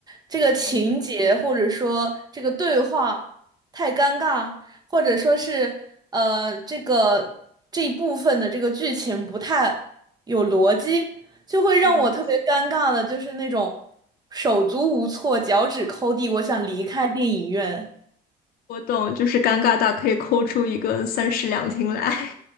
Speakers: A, on the right (about 25°); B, on the left (about 60°).
A: 这个情节或者说这个对话太尴尬，
B: 嗯
A: 或者说是呃这个这一部分的这个剧情不太有逻辑，就会让我特别尴尬的，
B: 嗯，
A: 就是那种手足无措、脚趾抠地，我想离开电影院。
B: 我懂，就是尴尬到可以抠出一个三室两厅来。